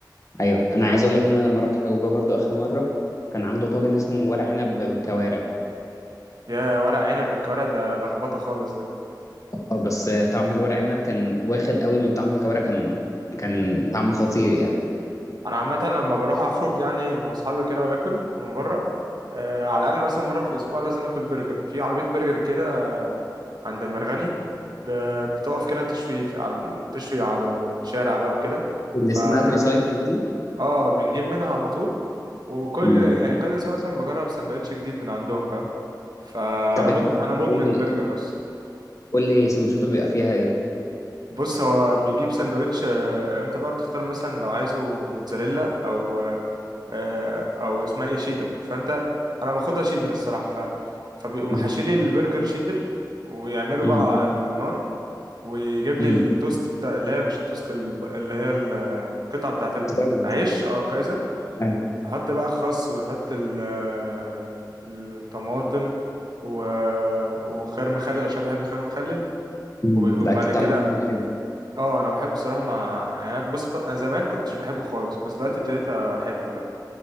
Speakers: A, on the left; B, on the right.
A: ايوه انا عايز اقول لك ان انا لما رحت حجوجه برضو اخر مره كان عنده طاجن اسمه ورق عنب بالكوارع
B: يا ورق عنب بالكوارع ده لخبطه خالص ده
A: اه بس آه، طعم الورق عنب كان واخد قوي من طعم الكوارع كان كان طعمه خطير يعني
B: انا عامه لما بروح اخرج يعني مع اصحابي كده واكل من بره آه على الاقل مثلا مره في الاسبوع لازم ناكل برجر في عربيه برجر كده آه عند المرغني ب- بتقف كده تشوي في- على تشوي على الشارع بقى وكده
A: اللي
B: فا
A: اسمها تريسايكل دي
B: اه بنجيب منها على طول وكل
A: امم
B: يعني كل اسبوع مثلا بجرب سندوتش جديد من عندهم فاهم فانا
A: طب
B: مد...
A: انت
B: انا مدمن
A: قول لي
B: برجر اصلا
A: قول لي سندوتشاته بيبقى فيها ايه
B: بص هو بيجيب سندوتش آه، انت بقى بتختار مثلا لو عايزه موتزاريلا او آه، او اسمها ايه شيدر فانت انا باخدها شيدر الصراحه ف فبيقوم
A: امم
B: حاشيلي البرجر شيدر ويعمله
A: امم
B: بقى على النار ويجيب لي
A: امم
B: التوست بتاع اللي هي مش التوست الب- اللي هي القطعه بتاعت العيش
A: كويس
B: اه كايزر
A: ايوه
B: يحط بقى خس ويحط ال- آه، الطماطم و... وخيار مخلل عشان بحب خيار مخلل
A: امم
B: وبعد
A: لا كان
B: كده
A: طعمه بيكون حلو
B: اه انا بحبه الصراحه مع يعني أنا- بص ف- انا زمان كنتش بحبه خالص بس دلوقتي ابتديت احبه لا